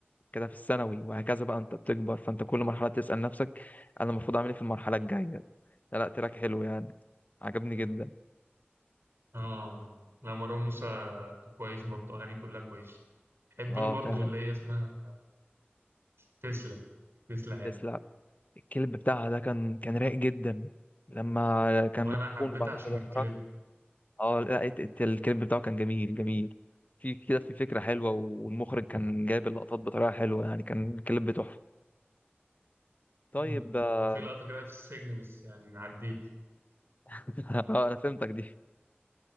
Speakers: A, on the left; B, on the right.
A: كده في الثانوي وهكذا بقى انت بتكبر فانت كل مرحله تسال نفسك انا المفروض اعمل ايه في المرحله الجايه لا لا تراك حلو يعني عجبني جدا
B: اه لا مروان موسى كويس برضه اغانيه كلها كويسه بحب
A: اه
B: له برضه
A: فعلا
B: اللي هي اسمها تسلا تسلا حلو
A: يس لا الكلب بتاعها ده كان كان رايق جدا لما كان
B: وانا
A: مدفون
B: حبيتها
A: وبعد
B: عشان
A: كده
B: الكليب
A: خرج اه لا ات- ات- الكليب بتاعه كان جميل جميل في كده في فكرة حلوة والمخرج كان جايب اللقطات بطريقة حلوة يعني كان الكليب تحفة طيب
B: مم.
A: اه
B: هو في لقطه كده في السجن بس يعني نعديه
A: <laughs> آه، انا فهمتك دي